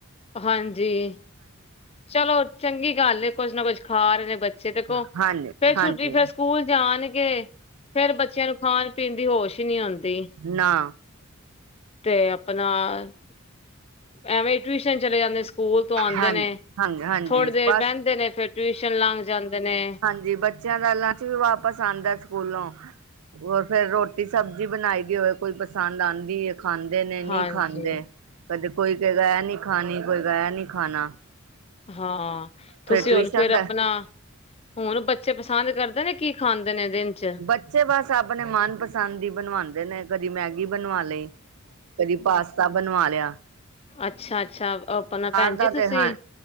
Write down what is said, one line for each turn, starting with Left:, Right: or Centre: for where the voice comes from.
Left: ਹਾਂਜੀ, ਚਲੋ ਚੰਗੀ ਗੱਲ ਏ ਕੁਛ ਨਾ ਕੁਛ ਖਾ ਰਹੇ ਨੇ ਬੱਚ- ਚੇ ਦੇਖੋ,
Right: ਹਾਂਜੀ-ਹਾਂਜੀ-ਹਾਂਜੀ-ਹਾਂਜੀ
Left: ਫੇਰ ਛੁੱਟੀ ਫ਼ਿਰ ਸਕੂਲ ਜਾਣਗੇ, ਫ਼ਿਰ ਬੱਚਿਆਂ ਨੂੰ- ਖ਼ਾਣ-ਪੀਣ ਦੀ ਹੋਸ਼ ਈ ਨੀਂ ਆਂਦੀ।
Right: ਨਾ।
Left: ਤੇ ਆਪਣਾਂ, ਐਂਵੇਂ ਟਿਊਸ਼ਨ ਚਲੇਂ ਜਾਂਦੇਂ ਸਕੂਲ ਤੋਂ ਆਂਦੇ
Right: ਹਾਂਜੀ-ਹਾਂਜੀ-ਹਾਂਜੀ
Left: ਨੇਂ। ਥੋੜ੍ਹੀ ਦੇਰ
Right: ਬਸ
Left: ਬਹਿੰਦੇ ਨੇਂ ਫ਼ਿਰ ਟਿਊਸ਼ਨ ਲੰਘ ਜਾਂਦੇ ਨੇਂ।
Right: ਜੀ ਬੱਚਿਆਂ ਦਾ ਲਾਂਚਕ ਵਾਪਸ ਆਂਦਾ ਸਕੂਲੋਂ। ਹੋਰ ਫ਼ਿਰ ਰੋਟੀ ਸਬਜ਼ੀ ਬਣਾਈ ਦੀ ਹੋਵੇਂ ਕੋਈ ਪਸੰਦ ਆਂਦੀ ਏਂ ਖਾਂਦੇ ਨੇਂ ਨ੍ਹੀਂ
Left: ਹਾਂਜੀ
Right: ਖਾਂਦੇ, ਕਦੇ ਕੋਈ ਕਹੇਂ ਐਹ ਨੀਂ ਖਾਣੀਂ ਕੋਈ ਕਹੇਂ ਐਹ ਨੀਂ ਖਾਣਾਂ।
Left: ਹਾਂ, ਤੁਸੀਂ
Right: ਟਿਊਸ਼ਨ
Left: ਹੁਣ ਫ਼ਿਰ ਆਪਣਾਂ,
Right: ਦਾ
Left: ਹੁਣ ਬੱਚੇ ਪਸੰਦ ਕਰਦੇਂ ਨੇਂ ਕੀ ਖਾਂਦੇ ਨੇਂ ਦਿਨ। ਚ
Right: ਬੱਚੇ ਬਸ ਆਪਣੇਂ ਮਨ ਪਸੰਦ ਦੀ ਬਣਵਾਦੇ ਨੇਂ ਕਦੀਂ ਮੈਂਗੀ ਬਣਵਾ ਲਈ ਕਦੀਂ ਪਾਸਤਾ ਬਣਵਾ ਲ਼ਿਆ।
Left: ਅੱਛਾ-ਅੱਛਾ ਆਪਣਾਂ ਭੈਣ
Right: ਦਾ
Left: ਜੀ
Right: ਤੇ
Left: ਤੁਸੀਂ।
Right: ਹਾਂ